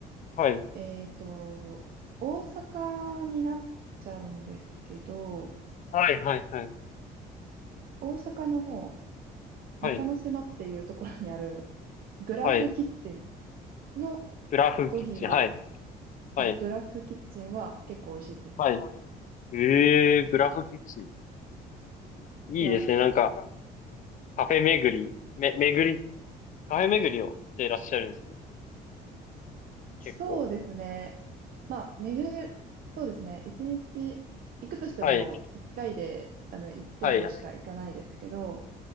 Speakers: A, on the left (about 50°); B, on the right (about 60°).
A: はい、
B: えっと、大阪になっちゃうんですけど、
A: はい、はい、はい、
B: 大阪の
A: はい、
B: 中之島っていうところにあるグラフキッチン
A: はい、
B: の
A: グラフキッチン、
B: コーヒーは、
A: はい、はい、
B: はい、グラフキッチンは結構美味しいです。
A: はい。ええー、グラフキッチン。いいですね。
B: グラフキッチン。
A: なんか、カフェ巡り、め、巡り、カフェ巡りをしていらっしゃるんですよね。結構。
B: そうですね。まあ、巡る、そうですね。一日行くとしても、
A: はい、
B: 一回で、あの、一店舗しか行かないですけど、
A: はい、は